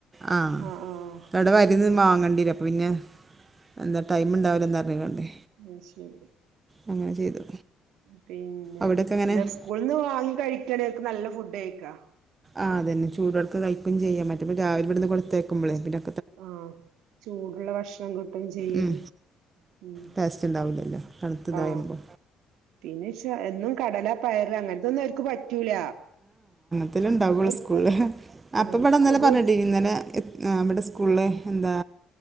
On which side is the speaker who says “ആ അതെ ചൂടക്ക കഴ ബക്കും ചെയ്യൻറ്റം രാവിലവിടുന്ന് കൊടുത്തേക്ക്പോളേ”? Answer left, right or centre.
Right